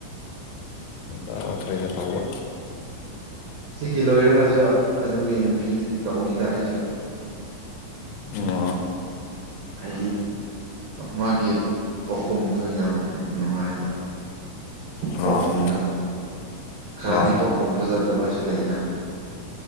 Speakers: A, on the left; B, on the right.
A: ꯐ ꯇ ꯍꯕ
B: ꯁꯤꯒꯤ ꯂꯣꯏꯔꯒꯁꯨ ꯑꯗꯨꯒꯤ ꯅꯨꯄꯤꯗꯨꯗꯤ ꯇꯧꯅꯤꯗ ꯑꯩꯁꯨ
A: ꯑꯣ
B: ꯍꯥꯏꯗꯤ ꯃꯥꯒꯤ ꯄꯥꯎꯈꯨꯝꯗꯨ ꯌꯥꯝ ꯅꯨꯡꯉꯥꯏꯕ
A: ꯑꯥ
B: ꯄꯥꯎꯈꯨꯝꯗ ꯈꯔꯗꯤ
A: ꯑꯥ
B: ꯄꯥꯎꯈꯨꯝ ꯐꯖꯗꯕ ꯁꯨ ꯂꯩꯅ